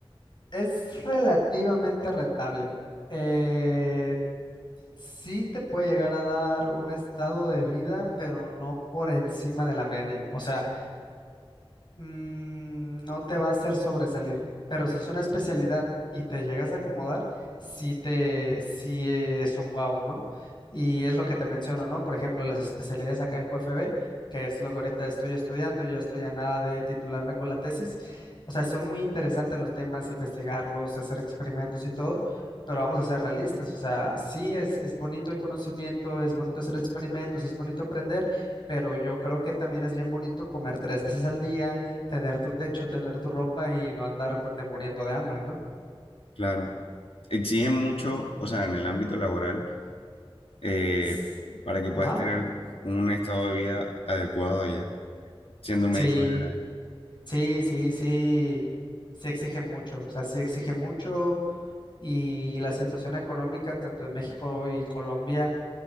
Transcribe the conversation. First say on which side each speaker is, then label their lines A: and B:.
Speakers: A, on the left (about 50°); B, on the left (about 80°).
A: es relativamente rentable. Eh, sí te puede llegar a dar un estado de vida, pero no por encima de la media, o sea mm, no te va a hacer sobresalir, pero si es una especialidad y te llegas a acomodar, sí te, sí es un wow, ¿no? Y es lo que te menciono, ¿no? Por ejemplo, las especialidades acá en QFB, que es lo que ahorita estoy estudiando y yo estoy a nada de titularme con la tesis. O sea, son muy interesantes los temas, investigarlos, hacer experimentos y todo, pero vamos a ser realistas. O sea, sí es, es bonito el conocimiento, es bonito hacer experimentos, es bonito aprender, pero yo creo que también es bien bonito comer tres veces al día, tener tu techo, tener tu ropa y no andarte muriendo de hambre, ¿no?
B: claro. Exigen mucho, o sea, en el ámbito laboral, eh,
A: S-
B: para que puedas
A: Ajá.
B: tener un estado de vida adecuado allá, siendo médico
A: Sí,
B: general.
A: sí, sí, sí, sí exige mucho, o sea, sí exige mucho y la situación económica tanto en México y Colombia.